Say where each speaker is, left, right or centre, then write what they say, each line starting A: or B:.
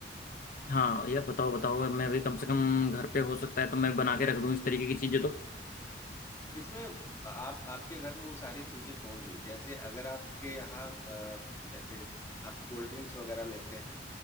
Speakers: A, on the left; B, on the left.
A: हाँ ये बताओ बताओ मैं भी कम से कम घर पे हो सकता है तो मैं बना के रख दूं इस तरीके की चीजें तो
B: इसमें आप आपके घर में वो सारी चीजें होंगी जैसे अगर आपके यहाँ अ, जैसे आप कोल्ड ड्रिंक्स वगैरह लेते हैं